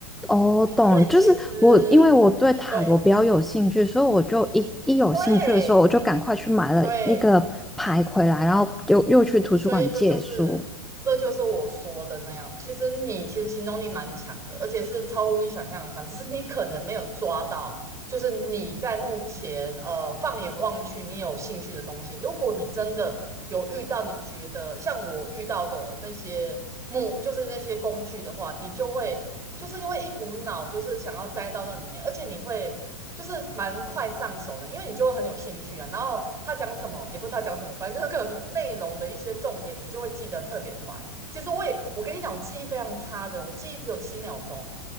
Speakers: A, in the centre; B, on the right (about 15°).
A: 哦，懂了，
B: 为其实
A: 就是我因为我对塔罗比较有兴趣，
B: 对
A: 所以我就一一有兴趣的时候，
B: 对
A: 我就赶快去买了那个牌回来，
B: 对，
A: 然后又又去图书馆借书。
B: 所以这就是这就是我说的那样。其实你其实行动力蛮强的，而且是超乎你想象的强，只是你可能没有抓到，就是你在目前呃放眼望去，你有兴趣的东西。如果你真的有遇到，你觉得像我遇到的那些木，就是那些工具的话，你就会。就是因为一股脑，就是想要栽到那里面，而且你会就是蛮快上手的，因为你就会很有兴趣啊。然后他讲什么，也不知他讲什么，反正就是可能内容的一些重点，你就会记得特别快。其实我也，我跟你讲，我记忆非常差的，我记忆只有七秒钟。